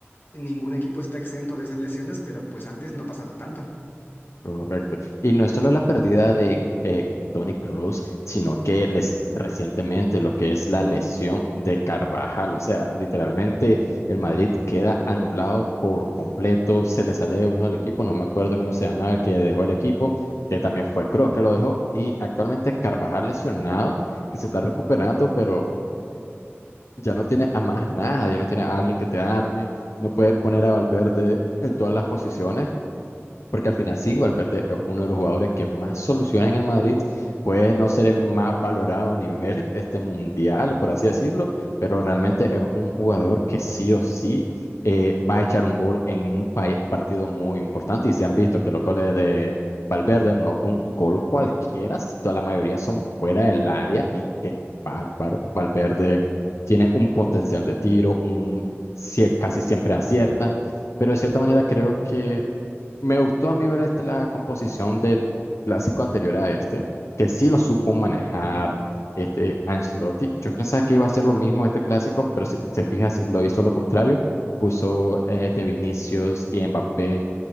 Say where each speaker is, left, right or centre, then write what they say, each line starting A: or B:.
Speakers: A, on the left (about 50°); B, on the left (about 85°).
A: ningún equipo está exento de esas lesiones, pero pues antes no pasaba tanto.
B: Correcto. Y no es solo la pérdida de eh, Tony Kroos, sino que les, recientemente lo que es la lesión de Carvajal. O sea, literalmente el Madrid queda anulado por completo. Se le sale uno al equipo, no me acuerdo cómo se llamaba el que dejó el equipo, que también fue Kroos que lo dejó. Y actualmente Carvajal lesionado, que se está recuperando, pero ya no tiene a más nada, ya no tiene a alguien que te arme, no puede poner a Valverde en todas las posiciones. Porque al final sí, Valverde es uno de los jugadores que más soluciona en el Madrid, puede no ser el más valorado a nivel <laughs> este mundial, por así decirlo, pero realmente es un jugador que sí o sí eh, va a echar un gol en un pa- partido muy importante. Y se han visto que los goles de Valverde, no un gol cualquiera, si toda la mayoría son fuera del área y qué bárbaro. Valverde tiene un potencial de tiro, un sie- casi siempre acierta, pero de cierta manera creo que me gustó a mí ver este- la composición del clásico anterior a este, que sí lo supo manejar este Ancelotti. Yo pensaba que iba a ser lo mismo este clásico, pero si te fijas, lo hizo lo contrario. Puso eh, de Vinicius y Mbappé